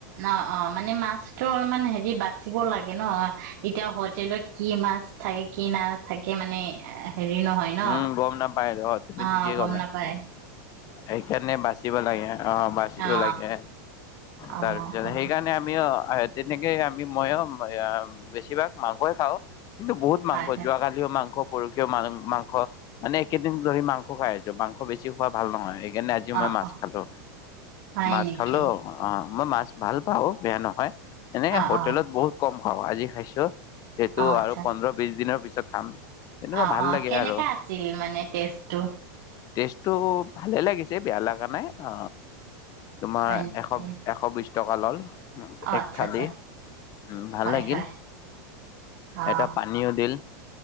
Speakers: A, on the right; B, on the left.
A: অ অ মানে মাছ ত অলপমান হেৰি বাচিব লাগে ন? এতিয়া হোটেলত কি মাছ থাকে, কি নাথাকে মানে এ হেৰি নহয় ন।
B: উম, গম নাপায় তুমি
A: অ,
B: ঠিকেই
A: গম
B: ক'লা
A: নাপায়।
B: সেইকাৰণে বাচিব লাগে। অ, বাচিব
A: অ
B: লাগে।
A: অ
B: তাৰপিছত
A: অ
B: সেইকাৰণে আমি অ। হয়। তেনেকে আমি মইয়ো বেছিভাগ মাংসই খাওঁ। কিন্তু বহুত মাংস।
A: হয় হয়
B: যোৱা কালিয়ো মাংস পৰষীয়ো ম মাংস মানে একেদিন ধৰি মাংস খাই আছো। মাংস বেছি খোৱা ভাল নহয়। সেইকাৰণে আজি
A: অ
B: মই মাছ
A: অ
B: খালো।
A: হয়
B: মাছ
A: নেকি
B: খালো, অ মই মাছ ভাল পাওঁ, বেয়া নহয়। এনেকে
A: অ
B: হোটেলত
A: অ
B: বহুত কম খাওঁ, আজি খাইছো। সেইটো
A: অ আচ্ছা
B: আৰু পোন্ধৰ বিছ দিনৰ পিছত পিছত খাম। তেনেকুৱা
A: অ,
B: ভাল
A: অ।
B: লাগে
A: কেনেকা
B: আৰু
A: আছিল মানে টেষ্টটো?
B: টেষ্টটো ভালে লাগিছে। বেয়া লাগা নাই, অ তোমাৰ
A: হয় নেকি
B: এশ, এশ বিশ টকা লল
A: অ
B: এক
A: আচ্ছা
B: থালি।
A: আচ্ছা
B: উ ভাল
A: হয়
B: লাগিল।
A: হয় অ
B: এটা পানীও দিল